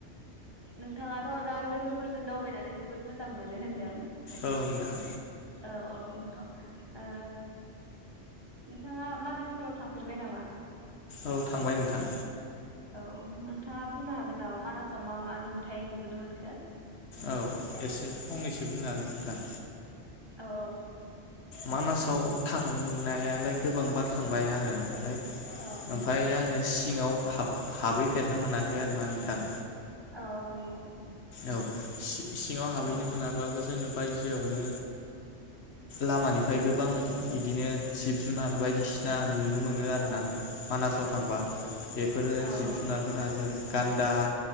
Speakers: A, on the right (about 25°); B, on the left (about 65°).
A: नोंथाङाथ दा लोगोफोरजों दावबायनानै जोबोद मोजां मोनो होनदों
B: औ नोंथां
A: औ औ नंगौ ओ नोंथाङा मानासफोराव थांफेरबाय नामा
B: औ थांबाय नोंथां
A: औ नोंथाङा बुंनो हागोन नामा मानासाव मा मा नुथाय नुबोनो मोनखो
B: औ एसे फंनैसो बुंनो हागोन नोंथां
A: औ औ
B: मानासाव थांनायालाय गोबां बार थांबाय आङो ओमफ्राय
A: औ
B: ओमफाय आङो सि सिङाव हाब-हाबहैफेरनो मोनाखै आरोना नोंथां
A: औ औ नंगौ
B: औ सिङाव हाबहैनो
A: औ
B: मोनाबाबो जोङो बायजोआवनो लामानिफ्राय गोबां बिदिनो जिब जुनार बायदिसिना नुनो मोन मोनो आरोना
A: औ
B: मानासाव थांबा। बेफोरो
A: औ
B: जिब
A: औ
B: जुनारफोरा जै गान्दा